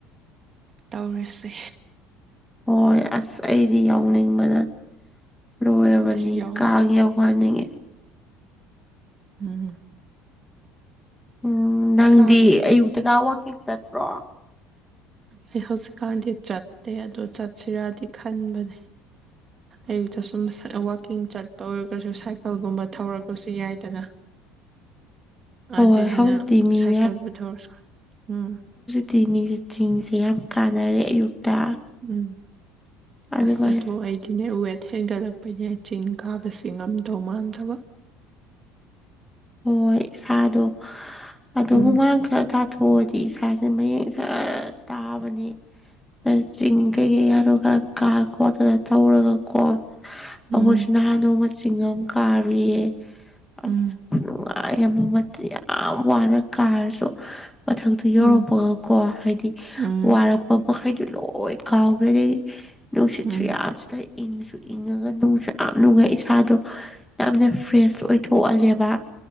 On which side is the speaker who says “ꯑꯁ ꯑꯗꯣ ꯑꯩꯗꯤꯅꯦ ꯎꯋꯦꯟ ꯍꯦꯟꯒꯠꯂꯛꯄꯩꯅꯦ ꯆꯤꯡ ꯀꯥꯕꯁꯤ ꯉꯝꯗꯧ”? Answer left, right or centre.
Right